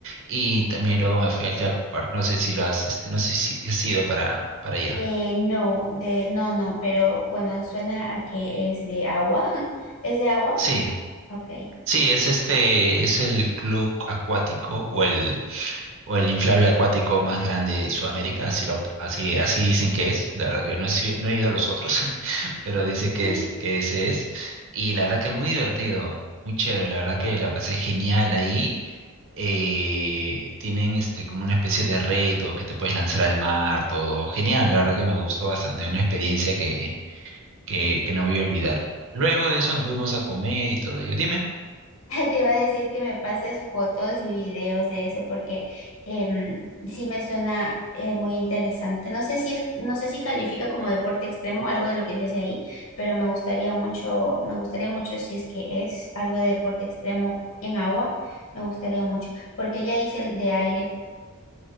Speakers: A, on the right; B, on the left.
A: y también luego me fui al Yacupar. No sé si lo has, este, no sé si has ido para, para allá.
B: Eh, no, de, no, no, pero bueno, suena a que es de agua. <laughs> ¿Es de agua?
A: Sí,
B: Ok.
A: sí, es este, es el club acuático o el o el inflable acuático más grande de Sudamérica, así, lo, así, así dicen que es, la verdad que no he, sido- no he ido a los otros, <laughs> pero dicen que,
B: <laughs>
A: es, que ese es, y la verdad que muy divertido, muy chévere, la verdad que la pasé genial ahí, eh, tienen este, como una especie de reto que te puedes lanzar al mar, todo genial, la verdad que me gustó bastante, una experiencia que, que, que no voy a olvidar. Luego de eso nos fuimos a comer y todo ello, dime,
B: <laughs> Te iba a decir que me pases fotos y videos de eso porque em, sí me suena eh, muy interesante. No sé si es, no sé si califica como deporte extremo algo de lo que se hace ahí, pero me gustaría mucho, me gustaría mucho si es que es algo de deporte extremo en agua, me gustaría mucho, porque ya hice el de aire.